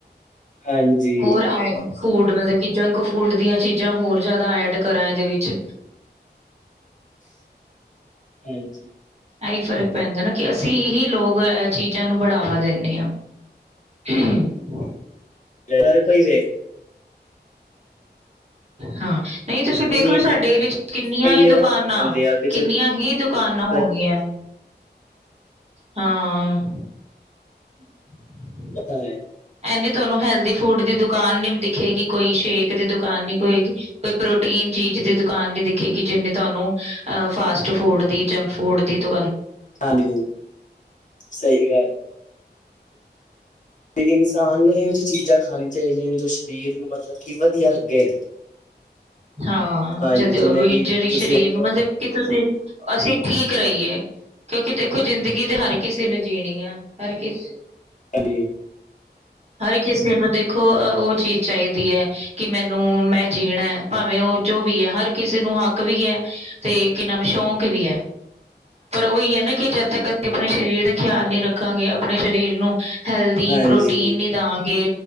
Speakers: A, on the left; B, on the right.
A: ਹਾਂਜੀ,
B: ਹੋਰ ਆਏ ਫੂਡ, ਮਤਲਬ ਕਿ ਜੰਕ ਫੂਡ ਦੀਆਂ ਚੀਜ਼ਾਂ ਹੋਰ ਜ਼ਿਆਦਾ ਐਡ ਕਰਾਂ, ਇਹਦੇ ਵਿੱਚ।
A: ਹਾਂਜੀ।
B: ਐਹੀ ਫ਼ਰਕ ਪੈਂਦਾ ਨਾ ਕਿ ਅਸੀਂ ਇਹੀ ਲੋਕ ਏ ਚੀਜ਼ਾਂ ਨੂੰ ਬੜਾਵਾ ਦਿੰਦੇ ਆ <inaudible>
A: ਹਰ ਕੋਈ ਵ
B: ਹਾਂ, ਨਈ ਤੁਸੀਂ ਦੇਖਲੋ
A: ਇੰਨੀ
B: ਸਾਡੇ ਏਰੀਏ ਚ ਕਿੰਨੀਆਂ
A: ਖਾਲੇ
B: ਈ ਦੁਕਾਨਾਂ
A: ਵਧ ਜਾਂਦੇ ਆ ਕਿ
B: ਕਿੰਨੀਆਂ
A: ਜਗ੍ਹਾ
B: ਹੀ ਦੁ ਕਾਨਾਂ ਹੋ
A: ਪਤਾ
B: ਗਈਆਂ ਨੇ। ਹਾਂ <inaudible>
A: ਓ ਤਾਂ ਹੈ।
B: ਐਨੀ ਤੁਹਾਨੂੰ ਹੈਲਦੀ ਫੂਡ ਦੀ ਦੁਕਾਨ ਨੀ ਦਿਖੇਗੀ। ਕੋਈ ਸ਼ੇਕ ਦੀ ਦੁਕਾਨ ਨੀ ਕੋਈ ਕੋਈ ਪ੍ਰੋਟੀਨ ਚੀਜ਼ ਦੀ ਦੁਕਾਨ ਨੀ ਦਿਖੇਗੀ ਜਿੰਨੇ ਤੁਹਾਨੂੰ ਅ ਫਾਸਟ ਫੂਡ ਦੀ ਜੰਕ ਫੂਡ ਦੀ ਦੁ
A: ਹਾਂਜੀ, ਸਈ ਗੱਲ ਤੇ ਇਨਸਾਨ ਨੂੰ ਇਹੋ ਜੀ ਚੀਜ਼ਾਂ ਖਾਣੀ ਚਾਈਦੀਆਂ ਨੇ ਜੋ ਸਰੀਰ ਨੂੰ ਮਤਲਬ ਕਿ ਵਧੀਆ ਲੱਗੇ।
B: ਹਾਂ,
A: ਹਾਂਜੀ
B: ਜਦੋਂ
A: ਜਿਵੇਂ
B: ਵੀ
A: ਕਿ
B: ਜੇੜੀ
A: ਤੁਸੀਂ
B: ਸਰੀਰ
A: ਹਾਂਜੀ
B: ਨੂੰ ਮਤਲਬ ਕਿ ਤੁਸੀਂ ਅਸੀਂ ਠੀਕ ਰਈ ਏ ਕਿਉਂਕਿ ਦੇਖੋ ਜ਼ਿੰਦਗੀ ਤੇ ਹਰ ਕਿਸੇ ਨੇ ਜੀਣੀ ਆ ਹਰ ਕਿਸੇ
A: ਹਾਂਜੀ।
B: ਹਰ ਕਿਸੇ ਨੂੰ ਦੇਖੋ ਓ ਚੀਜ਼ ਚਾਈਦੀ ਐ। ਕਿ ਮੈਨੂੰ ਮੈਂ ਜੀਣਾ ਭਾਵੇਂ ਓ ਜੋ ਵੀ ਐ ਹਰ ਕਿਸੇ ਨੂੰ ਹੱਕ ਵੀ ਐ। ਤੇ ਕੀ ਨਾਮ ਐ ਸ਼ੋਕ ਵੀ ਐ ਪਰ ਓਹੀ ਐ ਨਾ ਕਿ ਜਦ ਤੱਕ ਅਸੀਂ ਆਪਣੇ ਸਰੀਰ ਦਾ ਖਿਆਲ ਨਹੀਂ ਰੱਖਾਂਗੇ ਆਪਣੇ ਸਰੀਰ ਨੂੰ ਹੈਲਦੀ
A: ਹਾਂਜੀ
B: ਪ੍ਰੋਟੀਨ ਨੀ ਦਾ ਗੇ